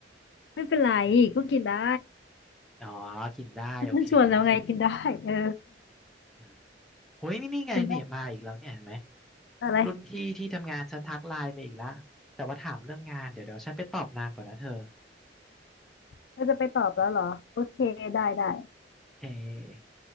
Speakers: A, on the left; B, in the centre.
A: ไม่เป็นไรก็กินได้
B: อ๋อกินได้โอเคโอเค
A: มันชวนแล้วไงกินได้เออ
B: อืมโอ้ยนี่ไงเนี่ยมาอีกแล้วเนี่ยเห็นไหม
A: กินได้อะไร
B: รุ่นพี่ที่ทำงานฉันทักไลน์มาอีกละแต่ว่าถามเรื่องงานเดี๋ยวเดี๋ยวฉันไปตอบนางก่อนนะเธอ
A: เธอจะไปตอบแล้วเหรอโอเคได้ได้
B: โอเค